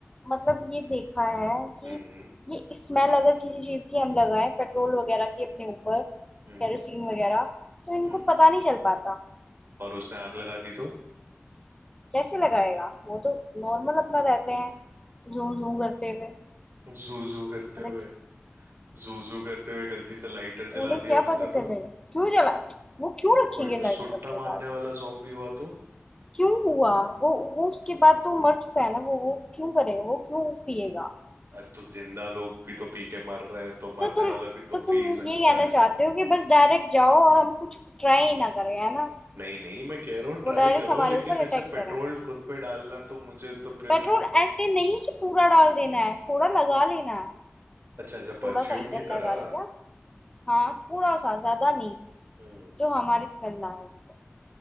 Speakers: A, on the left (about 20°); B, on the right (about 70°).
A: मतलब ये देखा है कि
B: हम्म
A: ये स्मेल अगर किसी चीज की हम लगाएं पेट्रोल वगैरह की अपने ऊपर
B: हम्म
A: कैरोसिन वगैरह तो इनको
B: हम्म
A: पता नहीं चल पाता
B: और उसने आग लगा दी तो
A: कैसे लगाएगा वो तो नॉर्मल अपना रहते हैं जू जू करते हुए
B: जू जू करते
A: उन्हें
B: हुए
A: <laughs> क्या,
B: जू जू करते हुए गलती से लाइटर जला
A: उन्हें क्या
B: दिया उसने
A: पता चलेगा
B: तो
A: क्यों जला वो क्यों रखेंगे
B: कोई
A: लाइटर
B: सुट्टा
A: अपने
B: मारने
A: पास
B: वाला जॉम्बी हुआ तो?
A: क्यों हुआ वो वो उसके बाद तो मर चुका है ना वो वो क्यों करेगा वो क्यों पिएगा
B: आज तो जिंदा लोग भी तो पी के मर रहे हैं तो मरने
A: तो तुम
B: वाला भी तो
A: तो
B: पी
A: तुम
B: सकता
A: ये कहना
B: है
A: चाहते हो कि बस डायरेक्ट जाओ और हम कुछ ट्राई ही ना करें है ना
B: नहीं नहीं मैं कह रहा हूँ
A: वो
B: ट्राई
A: डायरेक्ट
B: करो
A: हमारे
B: लेकिन
A: ऊपर
B: ऐसे
A: अटैक
B: पेट्रोल
A: करें
B: खुद पे डालना तो मुझे तो फिर
A: पेट्रोल ऐसे नहीं कि पूरा डाल देना है थोड़ा लगा लेना है
B: अच्छा ऐसा
A: थोड़ा
B: परफ्यूम
A: सा इधर
B: की तरह
A: लगा लिया हाँ थोड़ा सा ज्यादा नहीं
B: हम्म
A: जो हमारी स्मेल ना आए उनको